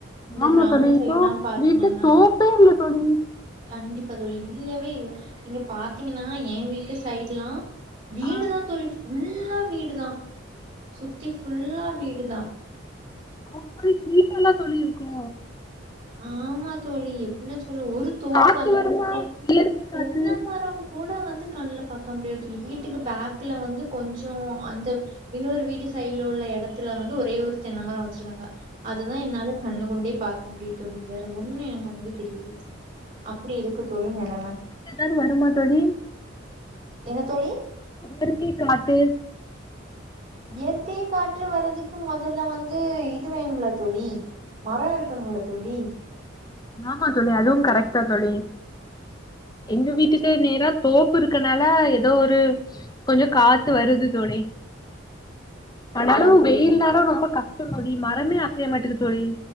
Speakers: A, on the right; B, on the left.
A: இந்த
B: ஆமா
A: கிராமம்
B: தோழி
A: சைட்லா
B: இப்போ
A: பாத்தீங்கன்னா
B: வீட்ல தோப்பே இல்ல தோழி
A: கண்டிப்பா தோழிதான்ல்லவே இல்ல நீங்க பாத்தீங்கன்னா என் வீட்டு சைட்லா வீடு
B: ஆ
A: தா தோழி ஃபுல்லா வீடு தா சுத்தி ஃபுல்லா வீடுதா
B: அப்டி ஹீட்டால தோழி இருக்கு
A: ஆமா தோழி எப்டின்னா சொல்லு ஒரு தோப்பு
B: காத்து
A: அந்த
B: வருமா
A: மாரி தே
B: இயற்கை
A: தென்ன
B: காத்து
A: மரோ கூட வந்து கண்ல பார்க்க முடியதுல்ல தோழி வீட்டுக்கு பேக்ல வந்து கொஞ்சோ அந்த இன்னொரு வீட்டு சைட்ல உள்ள இடத்துல வந்து ஒரே ஒரு தென்ன மரோ வச்சிருக்காங்க அதுதா என்னால கண்ணு கொண்டே பாக்க முடியு தோழி வேற ஒண்ணு என் கண்ணுக்கு தெரியாது அப்டி இருக்கு தோழிநெலம
B: எதாவது வருமா தோழி
A: என்ன தோழி
B: இயற்கை காத்து
A: இயற்கை காற்று வரதுக்கு மொதல்ல வந்து இது வேணும்ல தோழி மரோ இருக்கணுல தோழி
B: ஆமா தோழி அது கரெக்டா தோழி எங்க வீட்டு சைட் நேரா தோப்பு இருக்கனால ஏதோ ஒரு கொஞ்ச காத்து வருது தோழி ஆனாலு
A: ஓ செரி
B: வெயில் நேரோ ரொம்ப கஷ்டோதோழி மரமே அசையமாட்டுக்கு தோழி